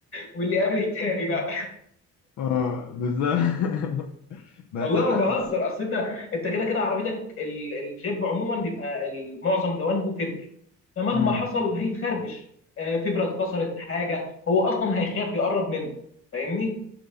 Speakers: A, on the left (about 45°); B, on the left (about 70°).
A: واللي قابل التاني بقى
B: اه بالظبط <laughs> ما
A: والله
B: تصدق
A: ما بهزر اصل انت انت كده كده عربيتك ال- الجيب عموما بيبقى ال- معظم جوانبه فبر فمهما
B: امم
A: حصل هيتخربش آه، فبره اتكسرت حاجه هو اصلا هيخاف يقرب منك فاهمني